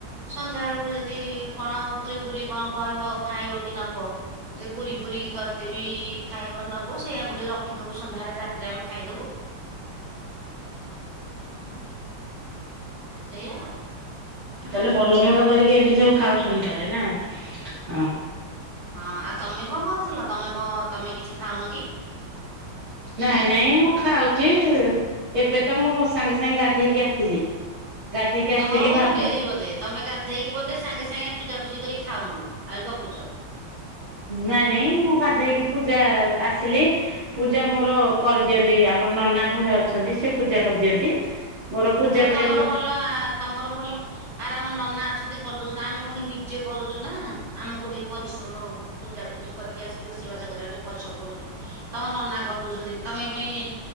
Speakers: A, on the right (about 25°); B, on the right (about 60°).
A: ସନ୍ଧ୍ୟା ଏଳକୁ ଯଦି କଣ ପୁରି ଫୁରି କଁ କହିବ ଖାଇବ କି ନବ ଏ ପୁରି ଫୁରି କରିଦେବି ଖାଇବ ନବ ସେୟାକୁ ଟିକେ ରଖିଦବୁ ସନ୍ଧ୍ୟାଏଳେ ରାତିରେ ଆମେ ଖାଇଦବୁ। ଏଇଆ ଆଉ।
B: ତାହେଲେ ଭଲ ମନ୍ଦ କରିକି ଏମିତି ସବୁ ଖାଉଛନ୍ତି ତାହେଲେ ନା? ହଁ।
A: ହଁ ଆଉ ତମେ କଁ କରୁଥିଲ ତମେ କଁ ତମେ କିଛି ଖାଉନ କି?
B: ନାଇଁ ନାଇଁ ମୁଁ ଖାଉଚି ଏବେ ତ ମୁଁ ସାଙ୍ଗେ ସାଙ୍ଗେ ଗାଧେଇକି ଆସିଲି। ଗାଧେଇକି ଆସିକି
A: ତମର ଭଉତ
B: ଭାବୁ
A: ଡେରି ବୋଦେ ତମେ ଗାଧେଇକି ବୋଧେ ସାଙ୍ଗେ ସାଙ୍ଗେ ପୂଜାପୂଜି କରି ଖାଉନ ଆଉ ଗପୁଚ।
B: ନାଇଁ ନାଇଁ ମୁଁ ଗାଧେଇକି ପୂଜା ଆସିଲି ପୂଜା ମୋର କରିଦିଅନ୍ତି ଆମର ନନା ଘରେ ଅଛନ୍ତି ସେ ପୂଜା କରିଦିଅନ୍ତି। ମୋର ପୂଜା
A: ଯାହା ହଉ
B: କରିବାକୁ
A: ତମର ଭଲ୍ ନା ତମର ଭଲ ଆରେ ଆମ ନନା ଅଛନ୍ତି କରିଦଉଛନ୍ତି ଆମେ କଁ କି ନିଜେ କରୁଚୁନା। ଆମକୁ ଟିକେ ପରିଶ୍ରମ ପୂଜା ପୂଜି କରିକି ଆସିଲେ ରୋଷେଇବାସ କରିବାକୁ ଟିକେ ପରିଶ୍ରମ ପଡୁଚି ତମ ନନା କରିଦଉଛନ୍ତି ତମେ ଏ ପାଇଁ